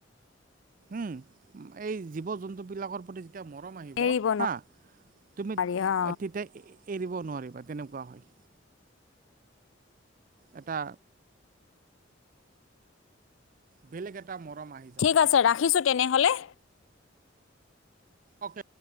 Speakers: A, on the right; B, on the left.
A: উম, এই জীৱ জন্তু বিলাকৰ প্ৰতি যেতিয়া মৰম আহিব
B: এৰিব
A: হা তুমি
B: নোৱাৰি
A: তেতিয়া
B: অ
A: এৰিব নোৱাৰিবা তেনেকুৱা হয়। এটা বেলেগ এটা মৰম আহি যাব
B: ঠিক আছে
A: তেতিয়া
B: ৰাখিছো তেনেহ'লে।
A: অ'কে